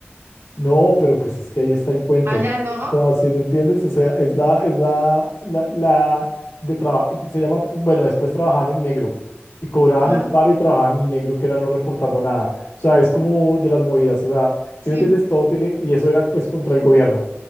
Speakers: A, on the left; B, on the right.
A: No, pero pues es que ahí está el cuento.
B: Allá no.
A: O sea, si me entiendes? O sea, es la, es la, la, la de trabajo, se llama, tra- bueno, después trabajaban en negro y cobraban
B: Ajá,
A: el paro y trabajaban en negro, que era no reportando nada. O sea, es como de las movidas. O sea, si
B: sí.
A: me entiendes? Todo tiene, y eso era pues contra el gobierno.